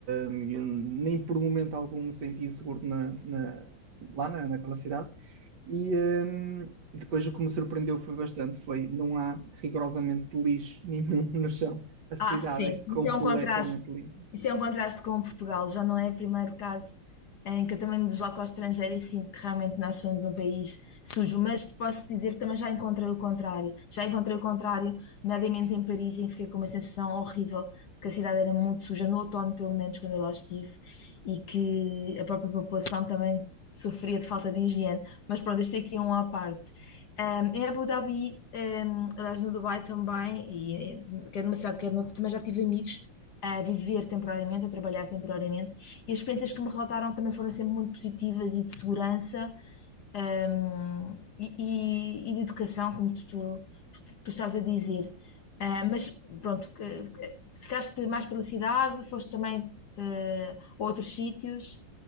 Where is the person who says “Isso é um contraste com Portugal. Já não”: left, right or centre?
Left